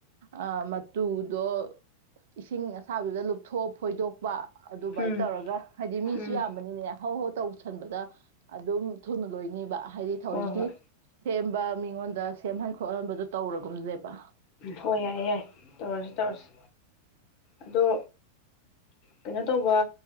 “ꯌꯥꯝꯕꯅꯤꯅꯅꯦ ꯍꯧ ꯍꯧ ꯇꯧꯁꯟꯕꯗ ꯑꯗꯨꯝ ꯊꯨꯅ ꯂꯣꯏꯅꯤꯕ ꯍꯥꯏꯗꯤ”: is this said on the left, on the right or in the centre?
Right